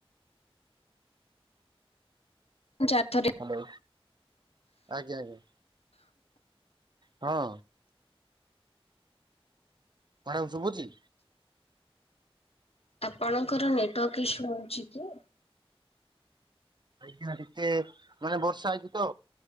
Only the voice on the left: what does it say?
ମୁଁ ଚାର୍ଥ ଦି
ଆପଣଙ୍କର ନେଟୱାର୍କ ଇସୁ ହଉଛି କି?